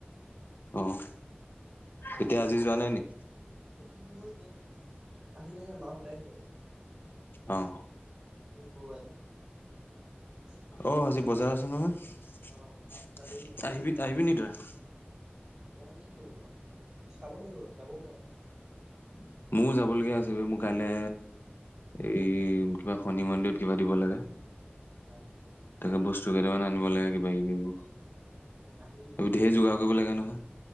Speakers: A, on the left; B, on the right.
A: অ' এতিয়া আজি যোৱা নাই নেকি?
B: <unintelligible> ময় যোৱা নায় আজি আহিলেগে মাহঁতে আহিলে।
A: অ'।
B: আজি শুক্ৰবাৰ যে। সেই
A: অ',
B: কিবা
A: আজি
B: যাব
A: বজাৰ
B: চাগে
A: আছে নহয়
B: অ তই আহিবি নাই
A: আহিবি আহিবি নিকি তই? <inaudible>
B: অ' কি কৰিম আৰু চাব লাগিব যাবও পাৰু।
A: মোৰো যাব লগীয়া আছে বে মোৰ কাইলে এই কিবা শনি মন্দিৰত কিবা দিব লাগে।
B: অ'।
A: তাকে বস্তু কেইটামান আনিব লাগে কিবা কিবি
B: আহিবি
A: ধেৰ যোগাৰ কৰিব লাগে নহয়।